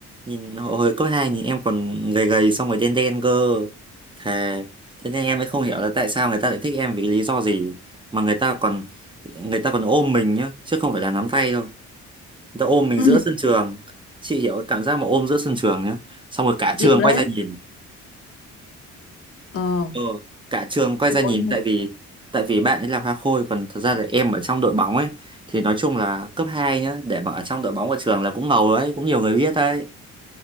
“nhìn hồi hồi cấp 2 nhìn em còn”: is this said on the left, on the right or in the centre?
Right